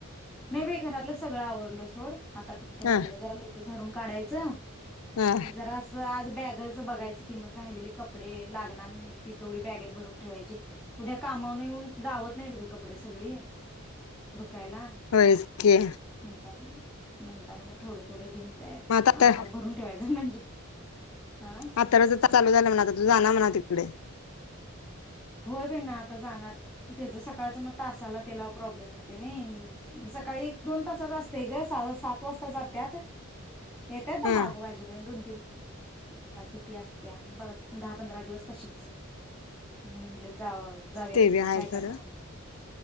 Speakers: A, in the centre; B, on the left (about 75°).
A: नाही बाई घरातलं सगळं आवरलं सोड! आता फक्त वरलं
B: ह
A: जरा येते झाडून! काढायच!
B: ह
A: आणि जरा अस आज बॅग बघायच की राहिलेली कपडे लागणार नाही ती तेवढी बॅगेत भरून ठेवायची उद्या कामाऊन येऊन गावात नाहीत ग कपडे सगळे! याला
B: वयस्कीय
A: म्हणता म्हणताना थोडे थोडे घेऊन जायाचं!
B: मग आता तर
A: भरून ठेवायच! म्हणजे हा
B: आता रजा चालू झालं म्हणा आता तू जाणार म्हणाती! दे
A: होय बाई मी आता जाणार तस सकाळच मग तासाला त्याला प्रॉब्लेम येतोय नी सकाळी एक दोन तासाच असतय ग सात वाजता जात्यात येत्या दहा
B: हा
A: येत्यात माझी बहिण किती असत्या दहा पंधरा दिवस तशीच! म्हटलं जावा! जाऊया
B: ते
A: तिकड
B: बी आहे
A: काय
B: खरं
A: करणार म